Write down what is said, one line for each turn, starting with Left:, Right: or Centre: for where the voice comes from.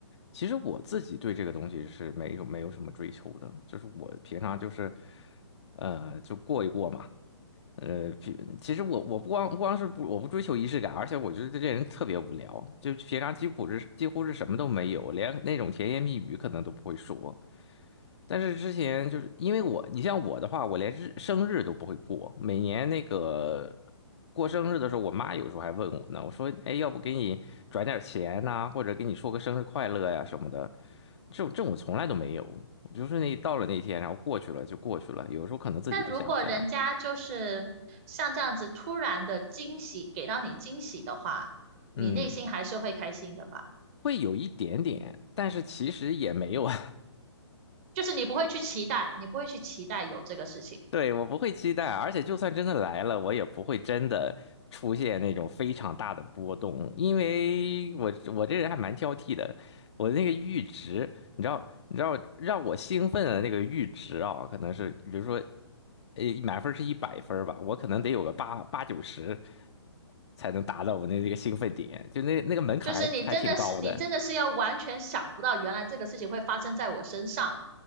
Left: 其实我自己对这个东西是没有没有什么追求的，就是我平常就是，呃，就过一过嘛。呃，平其实我我不光不光是不我不追求仪式感，而且我觉得这人特别无聊，就平常几乎是几乎是什么都没有，连那种甜言蜜语可能都不会说。但是之前就是因为我，你像我的话，我连日生日都不会过。每年那个过生日的时候，我妈有时候还问我呢，我说：“哎，要不给你转点钱呐、或者给你说个生日快乐呀什么的。”这种这种从来都没有，就是那到了那天啊，然后过去了就过去了。有时候可能自己都想不起来，
Right: 但如果人家就是像这样子突然的惊喜，给到你惊喜的话，你内心还是会开心的吧？
Left: 嗯，会有一点点，但是其实也没有啊。
Right: 就是你不会去期待，你不会去期待有这个事情，
Left: 对，我不会期待，而且就算真的来了，我也不会真的出现那种非常大的波动，因为我我这人还蛮挑剔的，我那个阈值，你知道，你知道让我兴奋的那个阈值啊，可能是比如说，呃，满分是一百分儿吧，我可能得有个八八九十才能达到我那这个兴奋点，就那那个门槛儿还还挺高的。
Right: 就是你真的是你真的是要完全想不到，原来这个事情会发生在我身上